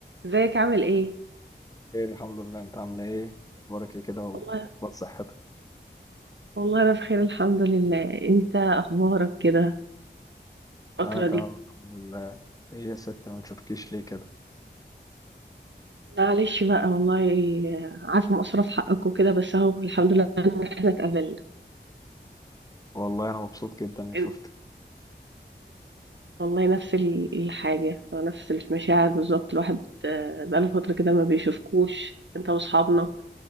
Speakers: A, on the right; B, on the left.
A: ازيك عامل ايه؟
B: خير الحمد لله انت عامله ايه اخبارك ايه كده واخبار
A: والله
B: صحتك
A: والله انا بخير الحمد لله انت اخبارك كده الفترة
B: انا تمام
A: دي
B: الحمد لله ايه يا ست ما تشوفكيش ليه كده
A: معلش بقى والله عارفة مقصرة في حقك وكده بس اهو الحمد لله ان احنا اتقابلنا
B: والله انا مبسوط جدا اني شفتك
A: إن- والله نفس ال- الحاجة نفس المشاعر بالظبط الواحد آه، بقاله فترة كده ما بيشوفكوش انت واصحابنا